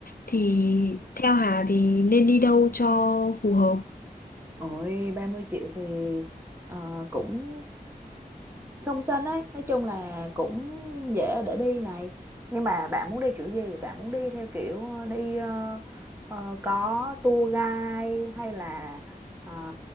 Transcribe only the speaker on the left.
Thì theo Hà thì nên đi đâu cho phù hợp?